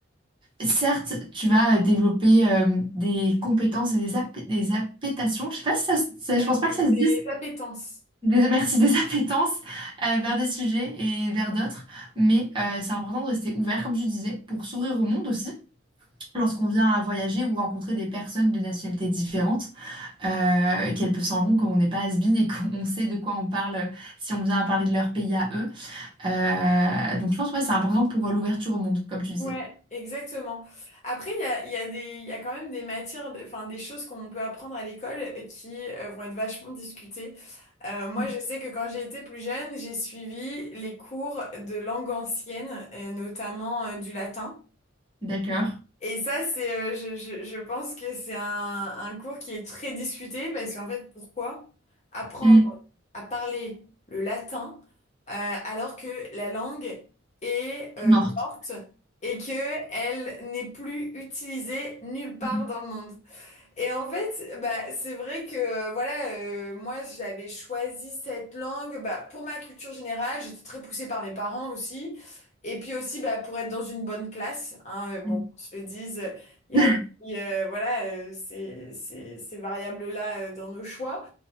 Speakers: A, on the right; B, on the left.
A: Certes, tu vas euh, développer euh, des compétences et des, ap- des appétations. Je sais pas si ça, se- ça-
B: euh,
A: je pense pas que ça
B: des
A: se dise.
B: appétences.
A: Des, merci, des <laughs> appétences euh, vers des sujets et vers d'autres. Mais euh, c'est important de rester ouvert, comme tu disais, pour s'ouvrir au monde aussi. Lorsqu'on vient à voyager ou rencontrer des personnes de nationalités différentes, euh, qu'elles peuvent se rendre compte qu'on n'est pas has-been et qu'on sait de quoi on parle euh, si on vient à parler de leur pays à eux. Euh, donc je pense ouais, c'est important pour euh, l'ouverture au monde, comme tu disais.
B: Ouais, exactement. Après, il y a, il y a des, il y a quand même des matières, enfin des choses qu'on peut apprendre à l'école euh, qui euh, vont être vachement discutées. Euh, moi,
A: Mm.
B: je sais que quand j'ai été plus jeune, j'ai suivi les cours de langue ancienne, euh, notamment euh, du latin.
A: D'accord.
B: Et ça, c'est, euh, je, je, je pense que c'est un, un cours qui est très discuté parce qu'en fait, pourquoi? apprendre?
A: Mm.
B: à parler le latin euh, alors que la langue est euh,
A: Morte.
B: morte et que elle n'est plus utilisée nulle part
A: Mm.
B: dans le monde. Et en fait, bah, c'est vrai que euh, voilà, euh, moi j'avais choisi cette langue bah, pour ma culture générale, j'étais très poussée par mes parents aussi. Et puis aussi bah, pour être dans une bonne classe, hein, euh, bon,
A: Mm.
B: qu'on se le dise, il
A: <laughs>
B: y a aussi, euh, voilà, euh, ces, ces, ces variables-là euh, dans nos choix.